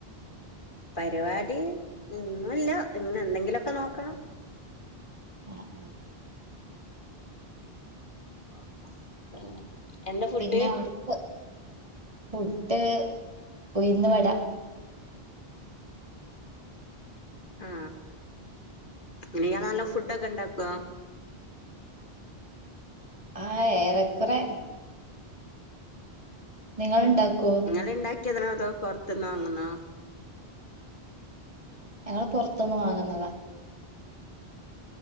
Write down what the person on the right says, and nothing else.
അ അ
പിന്നെ അവിടുത്ത് ഫുട്ട് ഉയിന്ന് വട
ആ ഏറെക്കുറെ നിങ്ങൾ ഉണ്ടാക്കോ
ഞങ്ങള് പൊറത്ത്ന്ന് വാങ്ങുന്നതാ